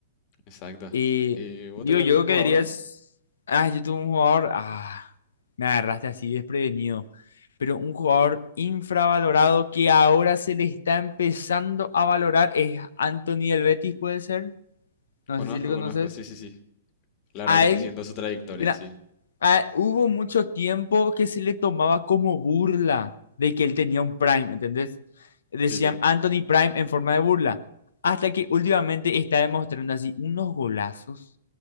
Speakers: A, on the left; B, on the left.
A: Exacto.
B: Y
A: Eh, ¿vos
B: digo,
A: tenés
B: yo
A: algún
B: que
A: jugador?
B: dirías, ah, yo tuve un jugador, ah, me agarraste así desprevenido, pero un jugador infravalorado que ahora se le está empezando a valorar es Anthony del Betis, puede ser, no
A: Conozco,
B: sé si le conoces.
A: conozco, sí, sí, sí. La verdad
B: A
A: que estoy
B: él,
A: siguiendo su trayectoria,
B: mira,
A: sí.
B: a- hubo mucho tiempo que se le tomaba como burla de que él tenía un Prime, ¿entendés? Decían
A: Sí, sí.
B: Anthony Prime en forma de burla. Hasta que últimamente está demostrando así unos golazos,